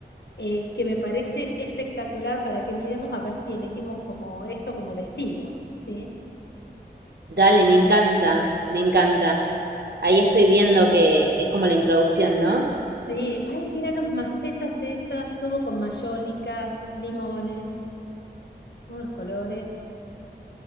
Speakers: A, on the left; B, on the right.
A: eh, que me parece espectacular para que miremos a ver si elegimos como esto como destino, ¿sí?
B: Dale, me encanta, me encanta. Ahí estoy viendo que, que es como la introducción, ¿no?
A: Sí, ay, mira los macetas esas, todo con mayólicas, limones, unos colores.